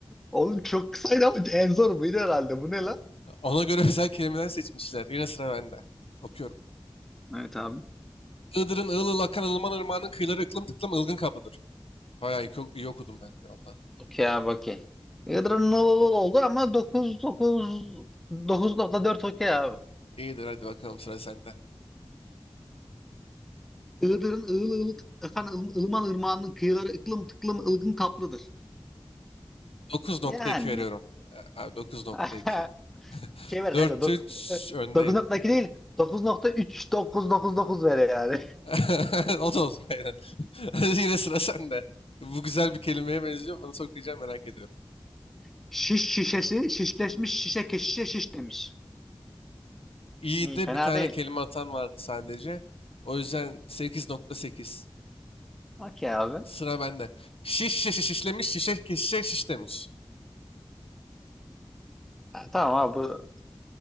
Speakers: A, in the centre; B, on the left.
A: Oğlum çok kısaydı ama en zor buydu herhalde. Bu ne lan?
B: Ona göre özel kelimeler seçmişler. Yine sıra bende. Okuyorum.
A: Evet abi.
B: Iğdır'ın ığıl ığıl akan ılıman ırmağının kıyıları ıklım tıklım ılgın kapıdır. Bayağı iyi, oku- iyi okudum bence valla.
A: Okey abi okey. Yadırın oldu ama dokuz dokuz dokuz nokta dört okey abi.
B: İyidir hadi bakalım sıra sende.
A: Iğdır'ın ığıl ığıl efendim, Ilı- Ilıman Irmağı'nın kıyıları ıklım tıklım ılgın kaplıdır.
B: dokuz nokta
A: Yani.
B: iki veriyorum. Ee, Abi dokuz nokta
A: <laughs>
B: iki
A: Şey ver
B: dört
A: kanka. dok-
B: üç
A: <laughs>
B: öndeyim.
A: 9.2 değil. dokuz nokta üç dokuz dokuz dokuz ver yani.
B: <laughs> O da olsun. aynen. <laughs> Yine sıra sende. Bu güzel bir kelimeye benziyor. Bunu nasıl okuyacağım merak ediyorum.
A: <laughs> Şiş şişesi şişleşmiş şişe keşişe şiş demiş.
B: İyi
A: İyi
B: de
A: fena
B: bir tane
A: değil.
B: kelime atan vardı sadece. O yüzden sekiz nokta sekiz.
A: Okey abi.
B: Sıra bende. Şiş şişe şişlemiş şişe ke- şişe şiş demiş.
A: Ha, tamam abi bu